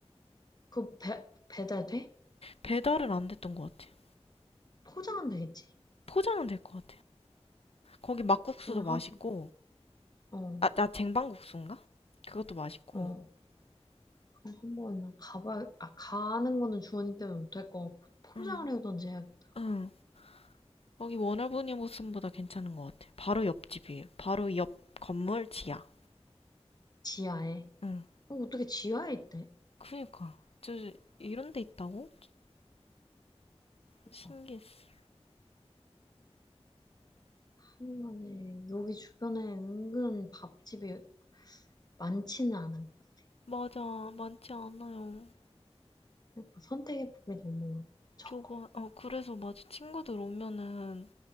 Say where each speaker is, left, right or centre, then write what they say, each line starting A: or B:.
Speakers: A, on the left; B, on the left.
A: 그 배, 배달 돼?
B: 배달은 안 됐던 것 같아요.
A: 포장은 되겠지.
B: 포장은 될 것 같아요. 거기 막국수도
A: 그건
B: 맛있고
A: 한, 어,
B: 아, 나 쟁반국수인가? 그것도 맛있고.
A: 어, 그럼 한번 가봐, 아, 가는 거는 주원이 때문에 못할 거 같고, 포장을
B: 응.
A: 해오던지 해야겠다.
B: 응. 거기 워너브니 보쌈보다 괜찮은 것 같아요. 바로 옆집이에요. 바로 옆 건물 지하.
A: 지하에.
B: 응.
A: 어, 어떻게 지하에 있대?
B: 그니까. 저 이런 데 있다고?
A: 그니까
B: 신기했어.
A: 한간에 여기 주변에 은근 밥집이 많지는 않은 것 같아.
B: 맞아. 많지 않아요.
A: 그러니까 선택의 폭이 너무 적어.
B: 좁아. 어, 그래서 맞아. 친구들 오면은